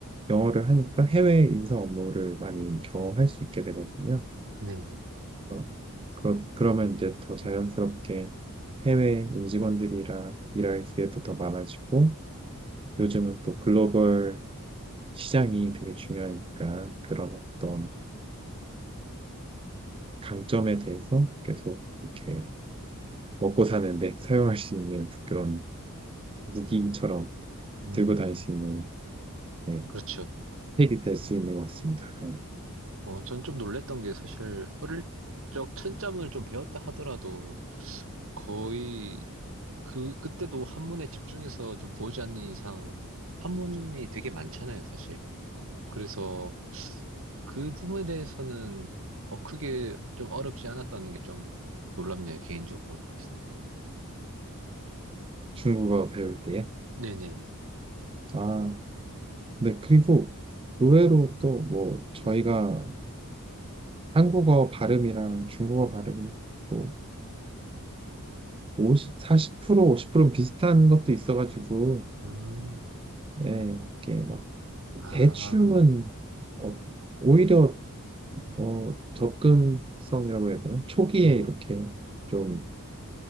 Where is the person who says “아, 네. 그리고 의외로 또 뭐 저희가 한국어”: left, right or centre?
Right